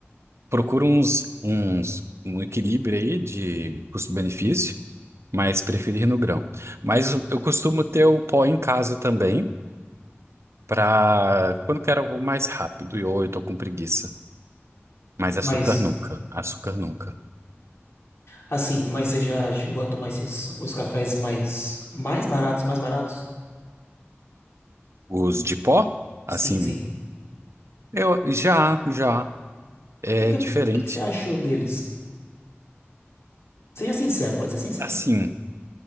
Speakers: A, on the right (about 75°); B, on the left (about 75°).
A: Procuro uns, uns, um equilíbrio aí de custo-benefício, mas preferir no grão. Mas eu eu costumo ter o pó em casa também, para quando quero algo mais rápido, e ou eu tô com preguiça. Mas açúcar
B: Mas,
A: nunca, açúcar nunca.
B: assim, mas você já chegou a tomar esses, os cafés mais, mais baratos, mais baratos?
A: Os de pó? assim,
B: Sim, sim.
A: Eu já, já é
B: E o que,
A: diferente.
B: que, que que você achou deles? Seja sincero, pode ser sincero.
A: Assim,